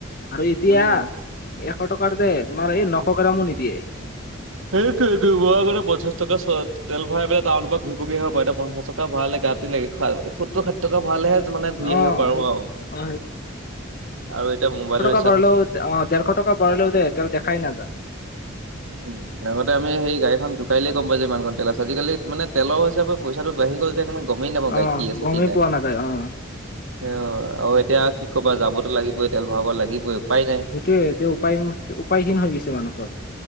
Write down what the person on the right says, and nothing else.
উম।
সেইটো এইটোৱাগৰ পঞ্চাশ টকা তেল ভৰাই পেলাই টাউনৰ পৰা ঘূৰি পকীল পঞ্চাশ টকা ভৰালে গাত তে লকে খ সত্তৰ সষাঠ টকা ভৰালেহে মানে ঘূৰি
আহিব পাৰো
আৰু।
আৰু এতিয়া মোবাইলৰচিউভা
উম। আগতে আমি সেই গাড়ী জোকইইিলে গম পাই যে ইমানখন তেল আছে আজিকালি মানে তেলৰ হিচাপে পইচাটো বাঢ়ি গ'ল কাৰণে গমেই নাপাওঁ গড়ীত
কি আছে
কি নাই?
অ আৰু এতিয়া কি কবা যাবতো লাগিবই তেল ভৰাব লাগিবই উপায় নাই।